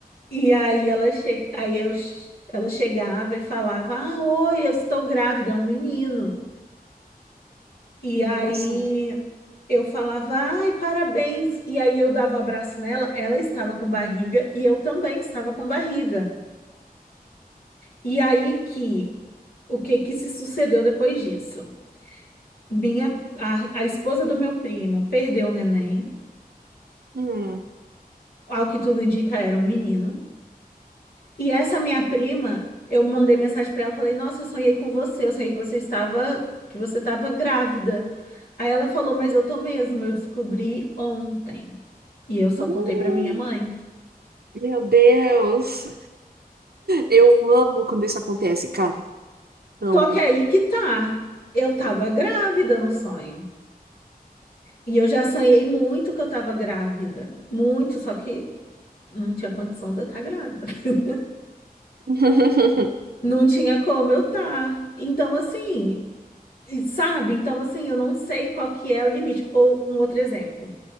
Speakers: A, on the left; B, on the right.
A: E aí ela che... aí eu... ela chegava e falava, ah, oi, eu estou grávida, é um menino. E
B: Nossa.
A: aí eu falava, ai, parabéns. E aí eu dava um abraço nela, ela estava com barriga e eu também estava com barriga. E aí que, o que que se sucedeu depois disso? Minha, a, a esposa do meu primo perdeu o neném,
B: Hum. <gasps>
A: ao que tudo indica era um menino. E essa minha prima, eu mandei mensagem pra ela, falei: "Nossa, eu sonhei com você, eu sonhei que você estava que você estava grávida". Aí ela falou: "Mas eu tô mesmo, eu descobri ontem". E eu só
B: Hum.
A: contei pra minha mãe.
B: Meu Deus. Eu amo quando isso acontece, cara. Amo.
A: Só que aí que tá. Eu tava grávida no sonho. E eu já sonhei muito que eu tava grávida, muito, só que não tinha condição de eu estar grávida. <laughs>
B: <laughs>
A: Não tinha como eu tá. Então assim, e sabe? Então assim, eu não sei qual que é o limite. Ou um outro exemplo.